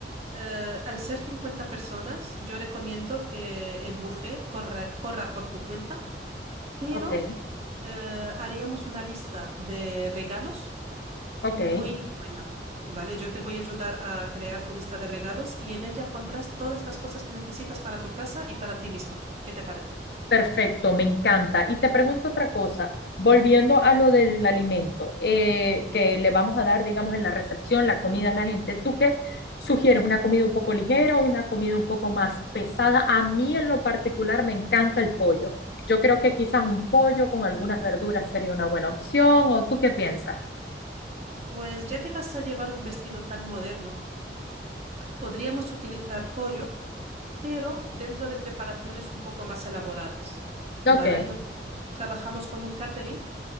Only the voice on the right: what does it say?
Eh, al ser 50 personas, yo recomiendo que el buffet corra, corra por tu cuenta, pero
eh, haríamos una lista de regalos
muy buena, ¿vale? Yo te voy a ayudar a crear tu lista de regalos y en ella pondrás todas las cosas que necesitas para tu casa y para ti misma. ¿Qué te parece?
Pues ya que vas a llevar un vestido tan moderno, podríamos utilizar pollo, pero dentro de preparaciones un poco más elaboradas,
¿vale? No- Trabajamos con un catering